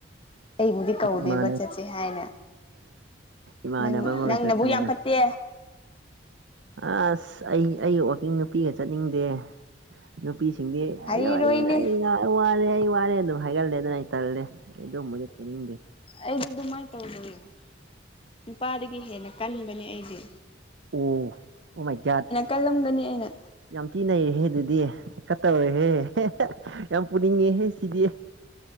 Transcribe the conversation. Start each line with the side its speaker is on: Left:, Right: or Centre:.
Left: ꯑꯩꯕꯨꯗꯤ ꯀꯧꯗꯦꯕ
Right: ꯏꯃꯥꯟꯅꯕ
Left: ꯆꯠꯁꯦ ꯍꯥꯏꯅ
Right: ꯏꯃꯥꯟꯅꯕ
Left: ꯅꯪ
Right: ꯑꯃꯒ
Left: ꯅꯪꯅꯕꯨ
Right: ꯆꯠꯄꯅꯤꯅ
Left: ꯌꯥꯝ ꯐꯠꯇꯦ
Right: ꯑꯁ ꯑꯩ ꯑꯩ ꯋꯥꯋꯥꯛꯀꯤꯡ ꯅꯨꯄꯤꯒ ꯆꯠꯅꯤꯡꯗꯦ ꯅꯨꯄꯤꯁꯤꯡꯗꯤ
Left: ꯍꯥꯏꯔꯣꯏꯅꯦ
Right: ꯑꯌ ꯑꯩꯅ ꯋꯥꯔꯦ ꯑꯩ ꯋꯥꯔꯦ ꯑꯗꯨꯝ ꯍꯥꯏꯒꯜꯂꯦ ꯑꯗꯨꯅ ꯑꯩ ꯇꯜꯂꯦ ꯑꯩ ꯑꯗꯨꯝꯕꯗꯤ ꯄꯨꯅꯤꯡꯗꯦ
Left: ꯑꯩ ꯇꯧꯗꯣꯏ ꯅꯨꯄꯥꯗꯒꯤ ꯍꯦꯟꯅ ꯀꯟꯕꯅꯦ ꯑꯩꯁꯦ
Right: ꯑꯣ ꯑꯣꯃꯥꯏ ꯀꯌꯥꯠ
Left: ꯀꯜꯂꯝꯒꯅꯤ ꯑꯩꯅ
Right: ꯌꯥꯝ ꯇꯤꯅꯩꯔꯍꯦ ꯑꯗꯨꯗꯤ ꯀꯠꯇꯧꯔꯦꯍꯦ ꯌꯥꯝ ꯄꯨꯅꯤꯡꯉꯦꯍꯦ ꯁꯤꯗꯤ